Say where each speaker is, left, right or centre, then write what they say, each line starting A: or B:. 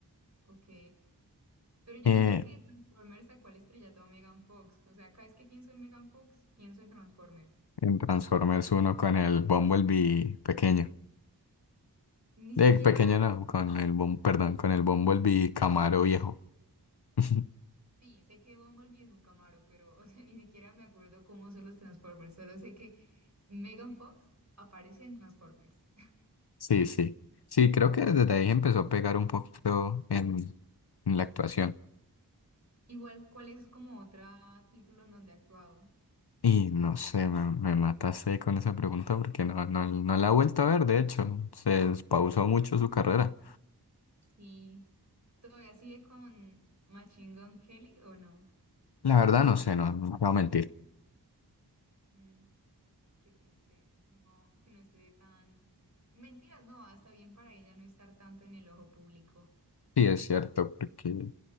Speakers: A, on the right (about 40°); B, on the left (about 70°).
A: Ok. Pero yo
B: Eh,
A: siento que Transformers sacó al estrellato a Megan Fox. O sea, cada vez que pienso en Megan Fox, pienso en Transformers.
B: en Transformers uno con el Bumblebee pequeño.
A: Ni siquiera,
B: Eh, pequeño no, con el, Bum- perdón, con el Bumblebee Camaro viejo. <laughs>
A: sí, sé que Bumblebee es un Camaro, pero, <laughs> o sea, ni siquiera me acuerdo cómo son los Transformers. Solo sé que Megan Fox aparece en Transformers. <laughs>
B: Sí, sí. Sí, creo que desde ahí empezó a pegar un poquito en, en la actuación.
A: Igual, ¿cuál es como otro título en donde ha actuado?
B: Y no sé, me, me mataste ahí con esa pregunta porque no, no, no la he vuelto a ver, de hecho, se pausó mucho su carrera.
A: Sí. ¿Todavía sigue con Machine Gun Kelly o no?
B: La verdad no sé, no, no te voy a mentir.
A: Mm, qué triste. No, que no esté tan... Mentiras, no, hasta bien para ella no estar tanto en el ojo público.
B: Sí, es cierto, porque